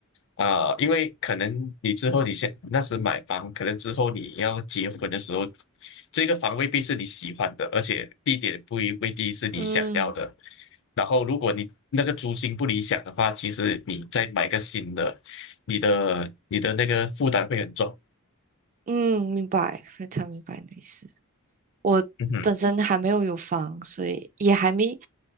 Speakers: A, on the left (about 60°); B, on the right (about 35°).
A: 啊、因为可能你之后你先那时买房，可能之后你要结婚的时候，这个房未必是你喜欢的，而且地点不一未必是你想要的。
B: 嗯
A: 然后，如果你那个租金不理想的话，其实你再买个新的，你的你的那个负担会很重。
B: 嗯，明白，非常明白你的意思。我本身还没有有房，
A: 嗯哼。
B: 所以也还没，